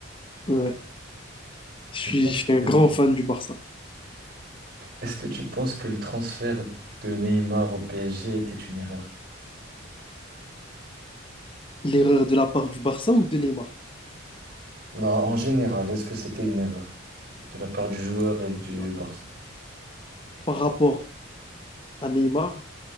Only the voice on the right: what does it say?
Tu
penses
que,
est-ce que tu penses que le transfert de Neymar au PSG était une erreur?
Bah, en général, est-ce que c'était une erreur de la part du joueur et du
Barça?